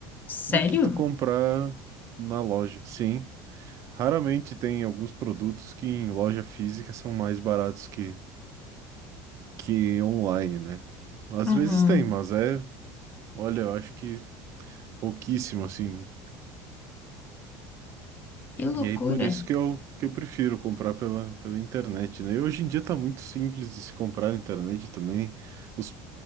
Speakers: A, on the left; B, on the right.
A: Sério?
B: do que tu comprar na loja. Sim, raramente tem alguns produtos que em loja física são mais baratos que, que online, né? Às
A: Uhum.
B: vezes tem, mas é, olha, eu acho que pouquíssimo, assim.
A: Que loucura.
B: E aí por isso que eu, que eu prefiro comprar pela, pela internet, né? E hoje em dia tá muito simples de se comprar na internet também. Os